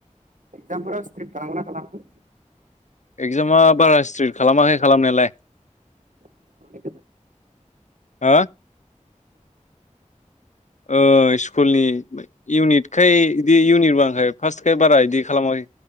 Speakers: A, on the right; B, on the left.
A: एकजाम फोराव‌ स्ट्रिक खालामो ना खालामा?
B: एक्जामा बारा स्ट्रिक खालामाखै खालामनायालाय।
A: स्कुलनि
B: हा ओ स्कुलनि इउनिटखाय बिदि इउनिट बाखाय फार्स्टखाय बारा बिदि खालामाखै।